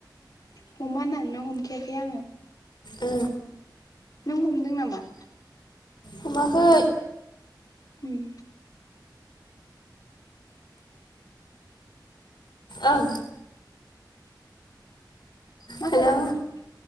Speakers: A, on the left (about 55°); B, on the left (about 80°).
A: हमाहोननानैनो हमखायाखै आंङो।
B: ओ
A: नों हमदों नामा?
B: हमाखै।
A: उम।
B: ओं।
A: मा
B: हेलौ
A: खालामदों